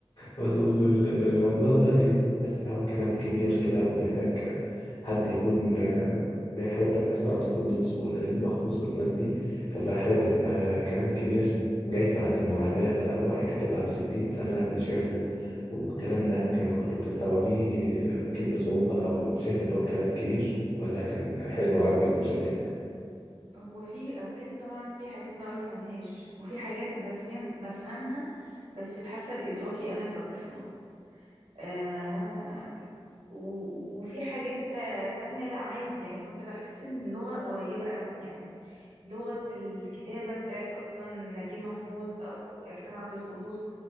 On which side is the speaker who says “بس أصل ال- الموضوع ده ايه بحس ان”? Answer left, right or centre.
Left